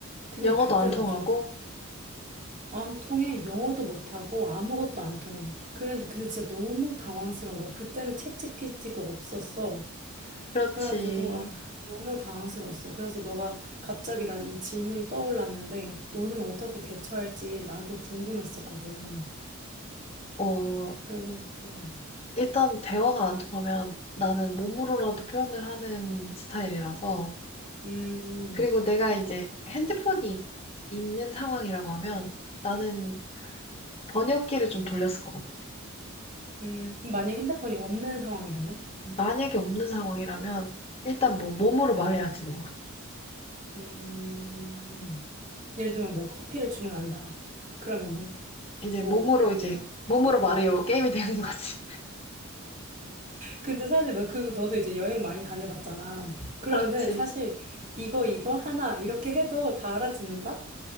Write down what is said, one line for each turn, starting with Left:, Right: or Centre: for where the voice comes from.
Right: 근데
Left: 영어도
Right: 그때
Left: 안
Right: 나좀
Left: 통하고?
Right: 안 통해. 영어도 못하고 아무것도 안 통해. 그래, 근데 진짜 너무 당황스러운 거야. 그때는 챗GPT도 없었어.
Left: 그렇지.
Right: 그래가지고, 아, 너무 당황스러웠어. 그래서 너가 갑자기 난 이 질문이 떠올랐는데, 너는 어떻게 대처할지 나도 궁금했었거든.
Left: 어,
Right: 그래서, 음,
Left: 일단 대화가 안 통하면 나는 몸으로라도 표현을 하는 스타일이라서.
Right: 음,
Left: 그리고 내가 이제 핸드폰이 있는 상황이라고 하면 나는 번역기를 좀 돌렸을 것 같아.
Right: 음, 만약 핸드폰이 없는 상황이라면?
Left: 만약에 없는 상황이라면 일단 뭐 몸으로 말해야지 뭐.
Right: 음, 예를 들면 뭐 커피를 주문한다. 그러면은,
Left: 이제
Right: 뭐
Left: 몸으로 이제 몸으로 말해요. 게임이 되는 거지.
Right: 근데 사실 너 그 너도 이제 여행 많이 다녀봤잖아.
Left: <laughs>
Right: 그러면은
Left: 그렇지.
Right: 사실 이거 이거 하나 이렇게 해도 다 알아듣는다?